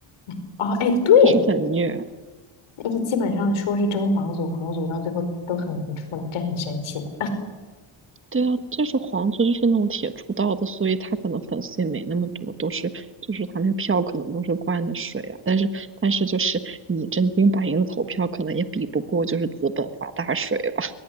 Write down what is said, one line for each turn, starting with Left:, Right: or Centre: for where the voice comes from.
Left: <laughs> 哦，哎，对，
Right: 就是很虐。
Left: 一基本上说是争皇族，皇族到最后都很难出来，这很神奇的。
Right: 对啊，就是黄族就是那种铁出道的，所以他可能粉丝也没那么多，都是就是他那个票可能都是灌的水啊。但是但是就是你真金白银的投票，可能也比不过就是资本发大水吧。